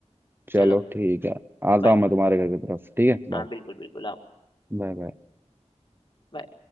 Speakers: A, on the right; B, on the left.
A: चलो
B: चलो
A: ठीक है आता
B: बाय
A: हूँ मैं तुम्हारे घर की तरफ ठीक है बाय
B: हाँ बिल्कुल बिल्कुल आओ
A: Bye bye
B: bye.